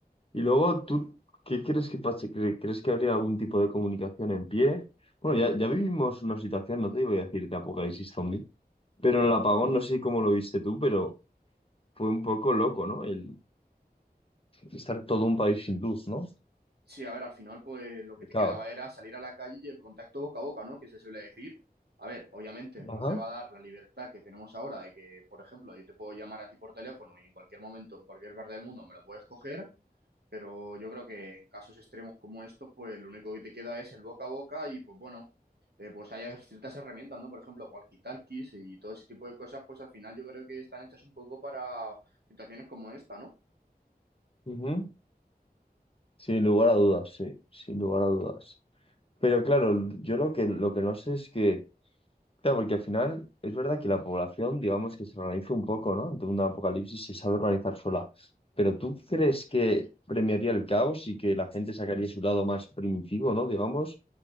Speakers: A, on the left; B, on the right.
A: Y luego, ¿tú qué crees que pase? ¿Cre- ¿Crees que habría algún tipo de comunicación en pie? Bueno, ya, ya vivimos una situación, no te voy a decir de apocalipsis zombie, pero en el apagón, no sé si cómo lo viste tú, pero fue un poco loco, ¿no? El estar todo un país sin luz, ¿no?
B: Sí, a ver, al final, pues lo que
A: De
B: te
A: caos.
B: quedaba era salir a la calle y el contacto boca a boca, ¿no? Que se suele decir. A ver, obviamente no
A: Ajá.
B: te va a dar la libertad que tenemos ahora de que, por ejemplo, yo te puedo llamar a ti por teléfono y en cualquier momento, en cualquier parte del mundo me lo puedes coger, pero yo creo que en casos extremos como estos, pues lo único que te queda es el boca a boca y, pues bueno, eh, pues hay ciertas herramientas, ¿no? Por ejemplo, walkie-talkies y todo ese tipo de cosas, pues al final yo creo que están hechas un poco para situaciones como esta, ¿no?
A: Ujú. Sin lugar a dudas, sí, sin lugar a dudas. Pero claro, yo lo que, lo que no sé es que Claro, porque al final es verdad que la población, digamos que se organiza un poco, ¿no? Ante un apocalipsis se sabe organizar sola. Pero ¿tú crees que premiaría el caos y que la gente sacaría su lado más primitivo, ¿no? Digamos,